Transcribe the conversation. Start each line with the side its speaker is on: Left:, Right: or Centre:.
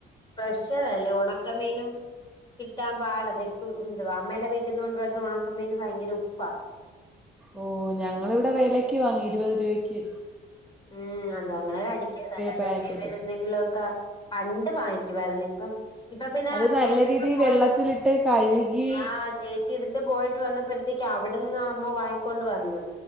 Left: പ്രശ് അല്ലേ ഉണക്കമീനും കിട്ടാൻ പാടതെക്ക് എതുവാ അമ്മയുടെ വീട്ടിൽ നിന്ന് കൊണ്ട് വരുന്ന ഉണക്ക മീന് ഭയങ്കര ഉപ്പാ
Centre: ഓ ഞങ്ങളിവിടെ വിലക്ക് വാങ്ങി ഇരുപത് രൂപക്ക്
Left: മ് അത അങ്ങനെ അടിക്കരുതല്ല അതൊക്കെ
Centre: പാക്കറ്റ്
Left: ഇവരെ എന്തെങ്കിലുമ ഒക്കെ പണ്ട് വാങ്ങിക്കുവായിരുന്നു ഇപ്പൊ ഇപ്പൊ പിന്നെ
Centre: അത് നല്ല
Left: ചേച്ചിെടുത്ത്
Centre: രീതിയിൽ
Left: പോയിട്ട്
Centre: വെള്ളത്തിലിട്ട് കഴുകി
Left: ഹാ ചേച്ചി എടുത്ത് പോയിട്ട് വന്നപ്പോഴത്തേക്ക് അവിടെ അവിടുന്ന് അമ്മ വാങ്ങിക്കൊണ്ട് വന്ന്